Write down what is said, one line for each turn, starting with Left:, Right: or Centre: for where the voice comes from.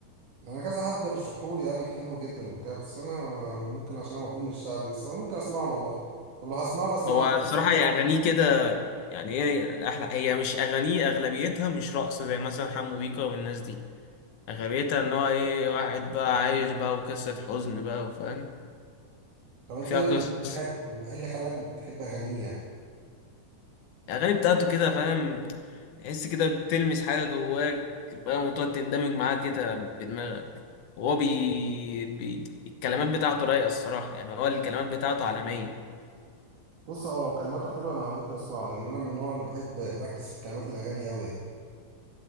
Right: انا كذا حد رشحولي قال لي حلو جدا وبتاع بس انا آه، ممكن عشان انا مفهوم من الشعبي بس انا ممكن اسمع له والله طب لو هسمع له اسمع
Left: هو
Right: له ايه
Left: بصراحة هي أغانيه كده يعني هي أحلى هي مش أغانيه أغلبيتها مش رقص زي مثلا حمو بيكا والناس دي أغلبيتها إن هو إيه واحد بقى عايش بقى وقصة حزن بقى وفاهم
Right: طب انت
Left: فيها
Right: ايه اللي
Left: قصة
Right: خلاك تحب ايه اللي خلاك بتحب اغانيه يعني
Left: الأغاني بتاعته كده فاهم تحس كده بتلمس حاجة جواك فاهم وتقعد تندمج معاه كده بدماغك وهو بي... بي... الكلمات بتاعته رايقة الصراحة يعني هو الكلمات بتاعته عالمية
Right: بص هو لو كلماته حلوه انا ممكن اسمعه لان انا من النوع اللي بحب اركز في كلمات الاغاني قوي يعني